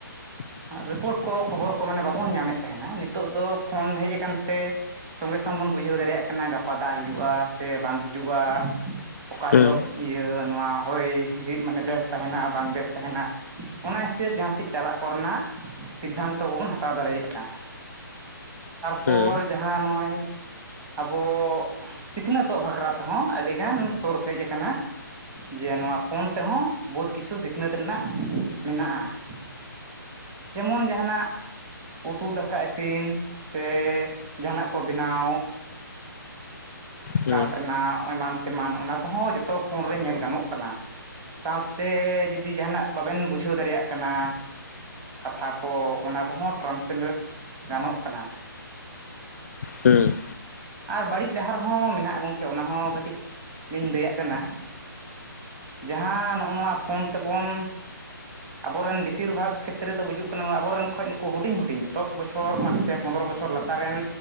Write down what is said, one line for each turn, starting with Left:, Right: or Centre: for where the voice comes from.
Right: ᱟᱸ ᱨᱤᱯᱳᱴ ᱠᱚ ᱠᱷᱚᱵᱚᱨ ᱠᱚ ᱢᱟᱱᱮ ᱵᱟᱵᱚᱱ ᱧᱟᱢᱮᱜ ᱛᱟᱦᱮᱱᱟ ᱱᱤᱛᱚᱜ ᱫᱚ ᱯᱷᱳᱱ ᱦᱮᱡ ᱟᱠᱟᱱᱼᱼ ᱛᱮ ᱥᱚᱸᱜᱮ ᱥᱚᱝ ᱵᱚᱱ ᱵᱩᱡᱷᱟᱹᱣ ᱫᱟᱲᱮᱭᱟᱜ ᱠᱟᱱᱟ ᱜᱟᱯᱟ ᱫᱟᱜ ᱦᱤᱡᱩᱜ-ᱟ ᱥᱮ ᱵᱟᱝ ᱦᱤᱡᱩᱜᱼᱼ ᱡᱩᱜ-ᱟ ᱚᱠᱟ ᱦᱤᱞᱳᱜᱼᱼ
Left: ᱦᱩᱸ
Right: ᱤᱭᱟᱹ ᱱᱚᱣᱟ ᱦᱚᱭ ᱦᱤᱸᱥᱤᱫ ᱢᱟᱱᱮ ᱵᱮᱥ ᱛᱟᱦᱮᱱᱟ ᱵᱟᱝ ᱵᱮᱥ ᱛᱟᱦᱮᱱᱟ᱾ ᱚᱱᱟ ᱦᱤᱥᱟᱹᱵᱽ ᱡᱟᱦᱟᱸ ᱥᱮᱡ ᱪᱟᱞᱟᱜ ᱠᱚ ᱨᱮᱱᱟᱜ ᱥᱤᱫᱽᱫᱷᱟᱱᱛᱚ ᱠᱚᱵᱚᱱ ᱦᱟᱛᱟᱣ ᱫᱟᱲᱮᱭᱟᱜ-ᱟ᱾ ᱯᱚᱨ
Left: ᱦᱩᱸ
Right: ᱡᱟᱦᱟᱸ ᱱᱚᱜ-ᱚᱸᱭᱼᱼ ᱟᱵᱚ ᱥᱤᱠᱷᱱᱟᱹᱛᱚᱜ ᱵᱷᱟᱠᱷᱨᱟ ᱛᱮᱦᱚᱸ ᱟᱹᱰᱤᱜᱟᱱ ᱥᱳᱨᱥ ᱦᱮᱡ ᱠᱟᱱᱟ᱾ ᱡᱮ ᱱᱚᱣᱟ ᱯᱷᱳᱱ ᱛᱮᱦᱚᱸ ᱵᱚᱦᱩᱛ ᱠᱤᱪᱷᱩ ᱥᱤᱠᱷᱱᱟᱹᱛ ᱨᱮᱱᱟᱜ ᱢᱮᱱᱟᱜ-ᱟ᱾ ᱡᱮᱢᱚᱱ ᱡᱟᱦᱟᱸᱱᱟᱜ ᱩᱛᱩ ᱫᱟᱠᱟ ᱤᱥᱤᱱ ᱥᱮᱼᱼ ᱡᱟᱦᱟᱸᱱᱟᱜ ᱠᱚ ᱵᱮᱱᱟᱣ
Left: ᱦᱩᱸ
Right: ᱠᱟᱴ ᱨᱮᱱᱟᱜ ᱮᱢᱟᱱᱼᱼ ᱛᱮᱢᱟᱱ ᱚᱱᱟ ᱠᱚᱦᱚᱸ ᱡᱚᱛᱚ ᱯᱷᱳᱱ ᱨᱮ ᱧᱮᱞ ᱜᱟᱱᱚᱜ ᱠᱟᱱᱟ᱾ ᱥᱟᱶᱛᱮ ᱡᱩᱫᱤ ᱡᱟᱦᱟᱸᱱᱟᱜ ᱵᱟᱵᱮᱱ ᱵᱩᱡᱷᱟᱹᱣ ᱫᱟᱲᱮᱭᱟᱜ ᱠᱟᱱᱟ᱾ ᱠᱟᱛᱷᱟ ᱠᱚ ᱚᱱᱟ ᱠᱚᱦᱚᱸ ᱴᱨᱟᱱᱥᱮᱞᱮᱴ ᱜᱟᱱᱚᱜ ᱠᱟᱱᱟ᱾
Left: ᱦᱩᱸ᱾
Right: ᱟᱨ ᱵᱟᱲᱤᱡ ᱰᱟᱦᱟᱨ ᱦᱚᱸ ᱢᱮᱱᱟᱜ-ᱟ ᱜᱚᱝᱠᱮ ᱚᱱᱟ ᱦᱚᱸ ᱠᱟᱹᱴᱤᱡ ᱞᱤᱧ ᱞᱟᱹᱭᱟᱜ ᱠᱟᱱᱟ᱾ ᱡᱟᱦᱟᱸ ᱱᱚᱜ-ᱚ ᱱᱚᱣᱟ ᱯᱷᱳᱱ ᱛᱮᱵᱚᱱᱼᱼ ᱟᱵᱚᱨᱮᱱ ᱵᱮᱥᱤᱨ ᱵᱷᱟᱜᱽ ᱠᱷᱮᱛ ᱨᱮ ᱫᱚ ᱵᱩᱡᱩᱜ ᱠᱟᱱᱟ ᱱᱚᱣᱟ ᱟᱵᱚᱨᱮᱱ ᱠᱷᱚᱡ ᱱᱩᱠᱩ‌ ᱦᱩᱰᱤᱧ ᱦᱩᱰᱤᱧ ᱫᱚᱥ ᱵᱚᱪᱚᱨ ᱢᱟᱱ ᱥᱮ ᱯᱚᱱᱫᱽᱨᱚᱼᱼ ᱵᱚᱪᱷᱚᱨ ᱞᱟᱛᱟᱨᱮᱱ